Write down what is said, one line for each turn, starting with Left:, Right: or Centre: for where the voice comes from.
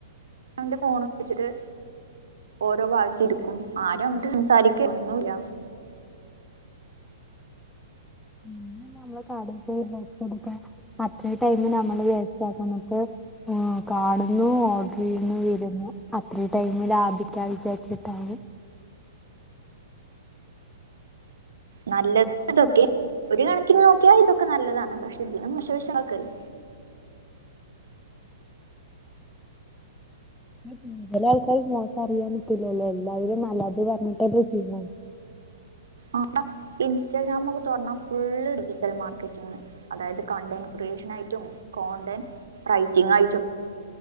Right: അവന്റെ ഫോൺ വെച്ചിട്ട് ഓരോ ഭാഗത്ത് ഇരിക്കും ആരും
Centre: ഇപ്പം
Right: അങ്ങോട്ട് സംസാരിക്ക് ഒന്നുമില്ല.
Centre: പിന്നെ നമ്മള് കടെക്ക് പോയി ഡ്രസ്സ് എടുക്കാൻ അത്രയും ടൈമ് നമ്മള് വസ്റ്റ്ക്കാണിപ്പോ. ആഹ് കാണുന്നു, ഓർഡർ ചെയ്യുന്നു, വരുന്നു, അത്രയും ടൈമ് ലാഭിക്കാ വിചാരിച്ചിട്ടാവും.
Right: നല്ലത് ഇതൊക്കെ ഒരു കണക്കിന് നോക്കിയാൽ ഇതൊക്കെ നല്ലതാണ് പക്ഷെ ഇതിനും മശവശ ആള്ക്കാര്.
Centre: കൂടുതല് ആൾക്കാര് മോശം അറിയാൻ പറ്റില്ലല്ലോ എല്ലാവരും നല്ലത് പറഞ്ഞിട്ടല്ലേ ചെയ്യണത്.
Right: ആഹ് ഇൻസ്റ്റാഗ്രാം ഒക്കെ തോറന്നാ ഫുള്ള് ഡിജിറ്റൽ മാർക്കറ്റിംങാ. അതായത് കണ്ടന്റ് ക്രിയേഷൻ ആയിട്ടും, കോണ്ടന്റ് റൈറ്റിംഗ് ആയിട്ടും.